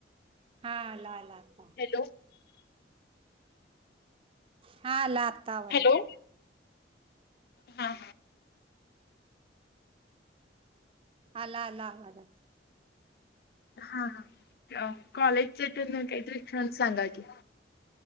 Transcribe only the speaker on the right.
हा ला लाता
हाला आत् आवदला
आला आला आवाज आात